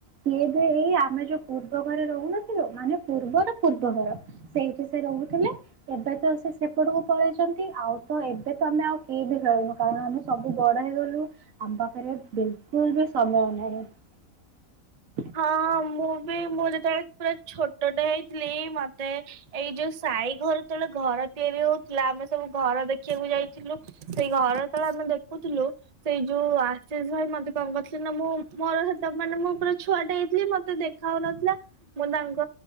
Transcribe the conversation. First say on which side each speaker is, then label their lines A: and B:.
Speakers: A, on the right; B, on the right.
A: ସିଏ ବି ଏଇ ଆମେ ଯୋଉ ପୂର୍ବ ଘରେ ରହୁନଥିଲୁ ମାନେ ପୂର୍ବ ର ପୂର୍ବ ଘର ସେଇଠି ସେ ରହୁଥିଲେ ଏବେ ତ ସେ ସେପଟକୁ ପଳେଇଛନ୍ତି ଆଉ ତ ଏବେ ତ ଆମେ ଆଉ କିଏ ବି ଖେଳୁନୁ କାରଣ ଆମେ ସବୁ ବଡ ହେଇଗଲୁ ଆମ ପାଖରେ ବିଲକୁଲ ବି ସମୟ ନାହିଁ।
B: ହଁ ମୁଁ ବି ମୁଁ ଯେତେବେଳେ ପୁରା ଛୋଟଟେ ହେଇଥିଲି ମତେ ଏଇ ଯୋଉ ସାଇ ଘର ତଳେ ଘର ତିଆରି ହଉଥିଲା ଆମେ ସବୁ ଘର ଦେଖିବାକୁ ଯାଇଥିଲୁ ସେଇ ଘର ତଳେ ଆମେ ଦେଖୁଥିଲୁ ସେଇ ଯୋଉ ଆଶିଷ ଭାଇ ମତେ କଣ କରିଥିଲେ ନା ମୁଁ ମୋର ସେତ ମାନେ ମୁଁ ପୁରା ଛୁଆଟେ ହେଇଥିଲି ମତେ ଦେଖା ହଉନଥିଲା ମୁଁ ତାଙ୍କ